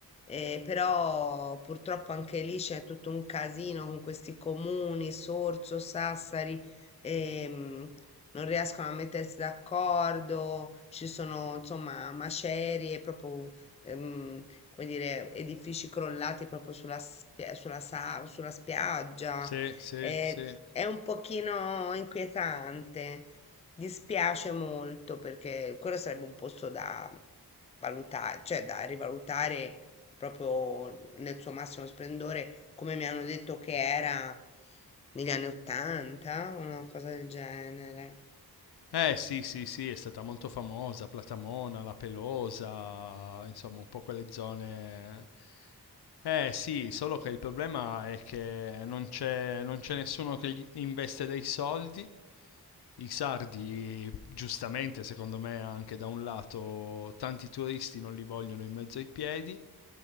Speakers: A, on the left; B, on the left.
A: Eh, però purtroppo anche lì c'è tutto un casino con questi comuni, Sorso, Sassari, ehm, non riescono a mettersi d'accordo, ci sono insomma macerie, proprio ehm, come dire, edifici crollati proprio sulla, spia- sulla, sa- sulla spiaggia.
B: sì, sì,
A: Eh,
B: sì.
A: è un pochino inquietante, dispiace molto perché quello sarebbe un posto da valutare, cioè da rivalutare proprio nel suo massimo splendore, come mi hanno detto che era negli anni Ottanta, una cosa del genere.
B: Eh sì, sì, sì, è stata molto famosa, Platamona, La Pelosa, insomma un po' quelle zone... Eh sì, solo che il problema è che non c'è, non c'è nessuno che gli investe dei soldi i sardi, giustamente secondo me anche da un lato, tanti turisti non li vogliono in mezzo ai piedi,